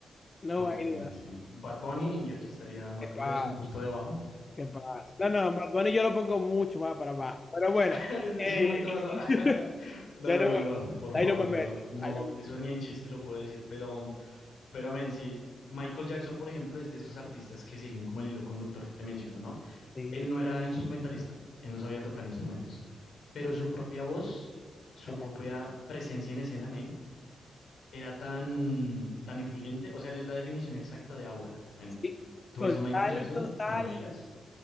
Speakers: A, on the left; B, on the left.
A: No
B: ok,
A: hay
B: ok. enti-
A: dudas.
B: Bad Bunny, y aquí estaría Michael
A: ¿Qué pasa?
B: Jackson justo debajo.
A: ¿Qué pasa? No, no, Bad Bunny yo lo pongo mucho más para abajo. Pero bueno.
B: <laughs> Es
A: eh,
B: un poquito más abajo. <laughs>
A: <laughs>
B: No,
A: ya
B: no,
A: no,
B: no, no, no, por
A: ahí
B: favor,
A: no me
B: no,
A: meto.
B: no, no, no,
A: Ahí no me-
B: eso ni en chiste lo puedo decir, pero, pero, men, sí, Michael Jackson, por ejemplo, es de esos artistas que siguen como el hilo conductor que te menciono, ¿no?
A: Sí,
B: Él no era instrumentalista, él no sabía tocar instrumentos. pero su propia voz, su
A: tremendo.
B: propia presencia en escena, men, era tan, tan influyente. O sea, él es la definición exacta de aura, men.
A: sí.
B: Tú
A: Total,
B: ves a Michael Jackson,
A: total.
B: bueno, veías,